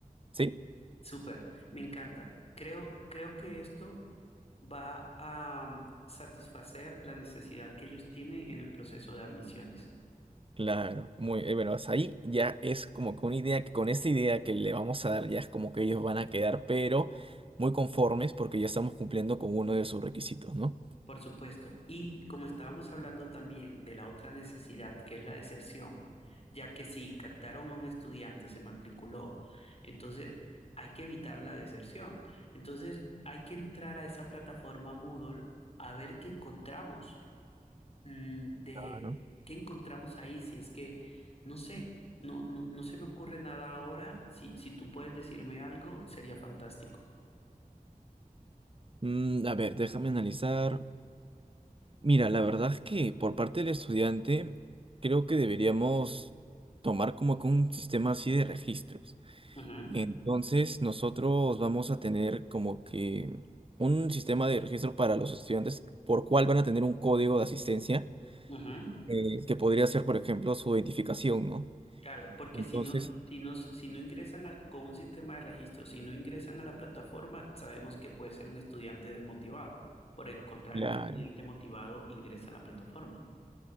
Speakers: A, on the right; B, on the left.
A: ¿sí?
B: Súper. Me encanta. Creo, creo que esto va a mm, satisfacer la necesidad que ellos tienen en el proceso de admisiones.
A: Claro, muy eh, bueno, hasta ahí ya es como que una idea que con esta idea que le vamos a dar ya es como que ellos van a quedar, pero muy conformes porque ya estamos cumpliendo con uno de sus requisitos, ¿no?
B: Por supuesto. Y como estábamos hablando también de la otra necesidad, que es la deserción, ya que si captaron a un estudiante, se matriculó, entonces hay que evitar la deserción. Entonces hay que entrar a esa plataforma Moodle a ver qué encontramos, mm, de
A: Claro.
B: qué encontramos ahí, si es que, no sé, no, no, no se me ocurre nada ahora. Si, si tú puedes decirme algo, sería fantástico.
A: Mm, a ver, déjame analizar. Mira, la verdad es que por parte del estudiante creo que deberíamos tomar como que un sistema así de registros.
B: Ujú,
A: Entonces nosotros vamos a tener como que un sistema de registro para los estudiantes por cual van a tener un código de asistencia
B: ujú.
A: eh, que podría ser, por ejemplo, su identificación, ¿no?
B: Claro, porque
A: Entonces,
B: si no, si no, si no ingresan a- con un sistema de registro, si no ingresan a la plataforma, sabemos que puede ser un estudiante desmotivado. Por el contrario,
A: claro,
B: un estudiante motivado ingresa a la plataforma.